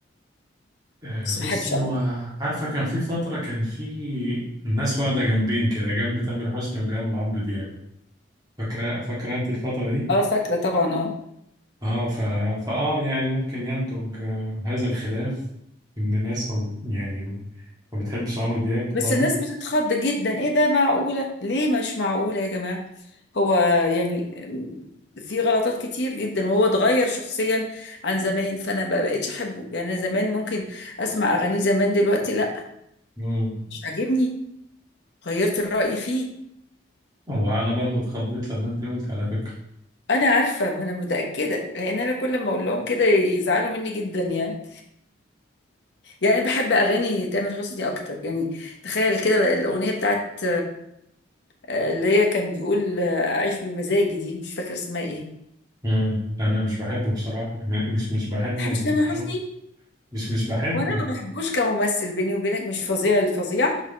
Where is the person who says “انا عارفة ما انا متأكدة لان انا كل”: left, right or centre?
Left